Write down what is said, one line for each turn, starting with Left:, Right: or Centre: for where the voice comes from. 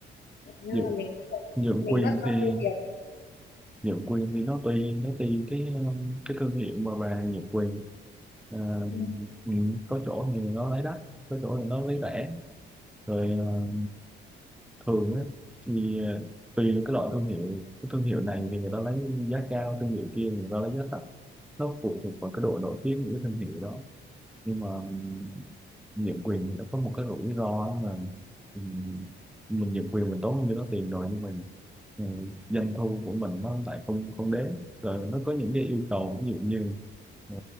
Left: nên
Centre: nhượng
Left: là mình có thể
Centre: nhượng
Left: mình
Centre: quyền
Left: mất bao
Centre: thì
Left: nhiêu tiền
Centre: nhượng quyền thì nó tùy nó tùy cái um, cái thương hiệu mà bà nhượng quyền Ờ,
Left: Ừ.
Centre: ừ, có chỗ thì nó lấy đắt có chỗ thì nó lấy rẻ rồi ờ, thường á thì ờ, tùy vào cái loại thương hiệu cái thương hiệu này thì người ta lấy giá cao thương hiệu kia người ta lấy giá thấp nó phụ thuộc vào cái độ nổi tiếng của cái thương hiệu đó nhưng mà ừm, nhượng quyền thì nó có một cái rủi ro là ừm, mình nhượng quyền mình tốn như đó tiền rồi nhưng mình ừ, doanh thu của mình nó lại không không đến rồi nó có những cái yêu cầu ví dụ như ừ,